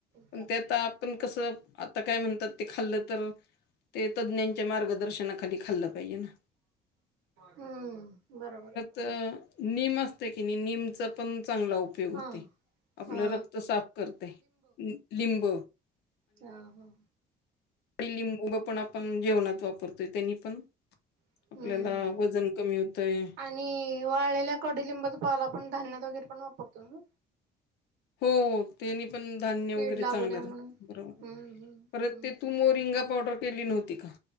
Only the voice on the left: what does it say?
पण
ते आता आपण कसं आता काय म्हणतात ते खाल्लं तर ते तज्ज्ञांच्या मार्गदर्शनाखाली खाल् पाहिजे ना.
तर निम असते की नाही निमचा पण चांगला उपयोग उपयोग
होते आपलं
रक्त साफ करते लिंब
आणि लिंबू पण आपण जेवणात वापरतोय त्यांनी पण
आपल्याला वजन कमी होतय
हो तेनी पण धान्य
वगैरे
चांगलं
राहत बरोबर
परत
ते तू
मोरिंगा पावडर केली नव्हती का